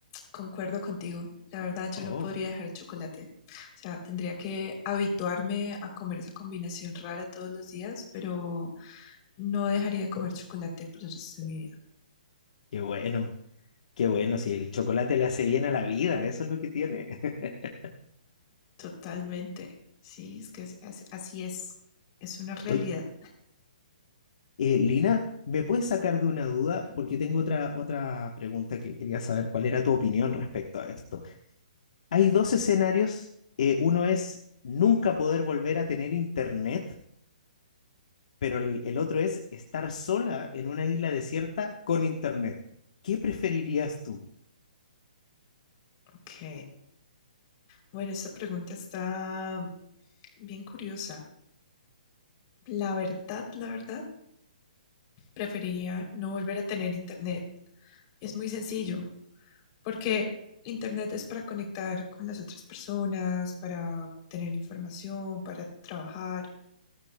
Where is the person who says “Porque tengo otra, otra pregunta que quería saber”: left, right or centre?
Left